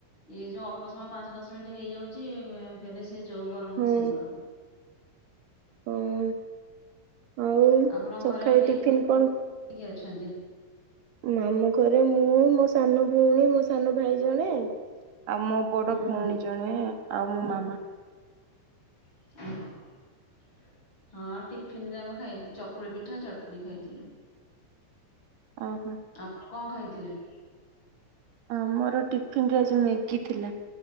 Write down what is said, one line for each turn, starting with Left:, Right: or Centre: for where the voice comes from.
Left: ଏଇ ଯେଉଁ ଅଳ୍ପ ସମୟ ପାଞ୍ଚ ଦଶ ମିନିଟ୍ ହେଇଯାଉଚି ବେ ଫେରେ ସେ ଯେଉଁ ଗରମକୁ
Right: ହଁ
Left: ସେଇ ଗରମ।
Right: ହଁ ଆଉ
Left: ଆପଣଙ୍କ
Right: ସକାଳେ
Left: ଘରେ ଆଉ କିଏ
Right: ଟିଫିନ କଣ
Left: କିଏ ଅଛନ୍ତି।
Right: ମାମୁଁ ଘରେ ମୁଁ ମୋ ସାନ ଭୋଉଣୀ ମୋ ସାନ ଭାଇ ଜଣେ ଆଉ ମୋ ବଡ
Left: ହୁଁ
Right: ଭୋଉଣୀ
Left: ହୁଁ
Right: ଜଣେ ଆଉ ମୋ ମାମା।
Left: <unintelligible> ହଁ ଟିଫିନ ରେ ଆମେ ଖାଇ ଚକୁଳି ପିଠା ଚଟ୍ନି ଖାଇଥିଲୁ।
Right: ଓହୋ
Left: ଆପଣ କଁ ଖାଇଥିଲେ।
Right: ଆମର ଟିଫିନ ରେ ଆଜି ମ୍ୟାଗି ଥିଲା।